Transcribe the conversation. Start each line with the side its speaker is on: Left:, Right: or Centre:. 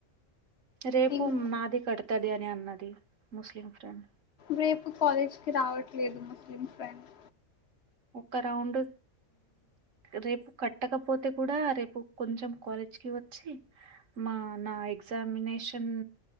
Right: రేపు
Left: ఇంకా
Right: నాది కడుతది అని అన్నది ముస్లిం ఫ్రెండ్
Left: రేపు కాలేజ్కి రావట్లేదు ముస్లిం ఫ్రెండ్
Right: ఒక రౌండ్ రేపు కట్టకపోతే కూడా రేపు కొంచెం క్వాలిటీ వచ్చి మా నా ఎగ్జామినేషన్